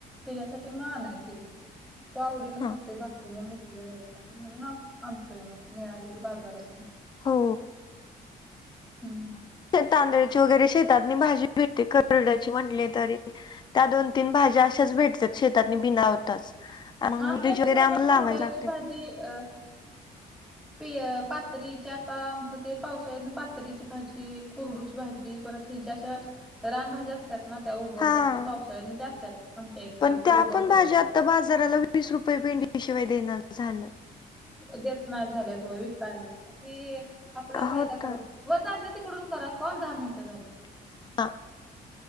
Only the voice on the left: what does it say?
हा
हो
ते तांदळाची वगैरे शेतातनी भाजी भेटते करडाची म्हटली तरी. त्या दोन तीन भाज्या अशाच भेटतात शेतातनी बिना लावताच.
मेथीची
वगैरे आम्हाला
लावायला लागते.
हा.
पण
त्या
पण भाज्या
आता बाजाराला वीस रुपये पेंडीशिवाय दिना झालेत.
हो तर.
<unintelligible>